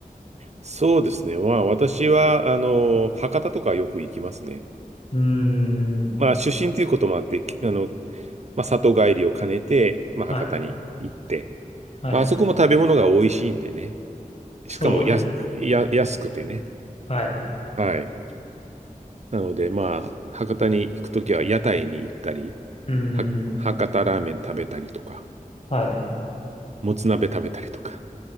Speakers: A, on the right (about 50°); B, on the left (about 45°).
A: そうですね。まあ私は、あの、博多とかよく行きますね。
B: うーん。
A: まあ出身ということもあって、あの、まあ里帰りを兼ねて、まあ博多に行って。
B: はい。はい、
A: まああそこも食べ物が美味しいんでね。
B: はい。そうですよね。
A: しかもやす、や、安くてね。
B: はい、はい。
A: はい。なのでまあ博多に行くときは屋台に行ったり、
B: うー
A: は博多ラーメン食べたりとか。
B: ん。はい、はい。
A: もつ鍋食べたりとか。